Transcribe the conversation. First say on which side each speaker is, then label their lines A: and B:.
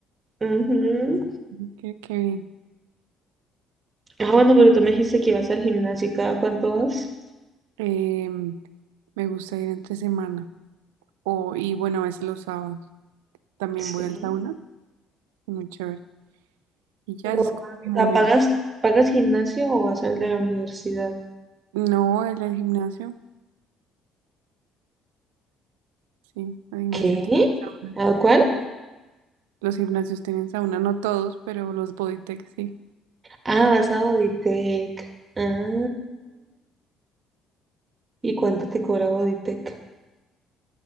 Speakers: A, on the right (about 35°); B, on the right (about 85°).
A: Ujú.
B: bien. Qué, qué bien.
A: Ah, bueno, pero tú me dijiste que ibas al gimnasio. ¿y ¿Cada cuánto vas?
B: Eh, me gusta ir entre semana. O, y bueno, a veces los sábados también
A: Sí.
B: voy al sauna. Muy chévere. Y ya
A: Pero,
B: ese es como mi
A: o
B: momento.
A: sea, ¿pagas, pagas gimnasio o vas al de la universidad?
B: No, el del gimnasio. Sí, el gimnasio
A: ¿Qué?
B: tiene sauna.
A: ¿A cuál?
B: Los gimnasios tienen sauna, no todos, pero los Bodytech sí.
A: Ah, vas a Auditec. Ah, ¿y cuánto te cobra Auditec?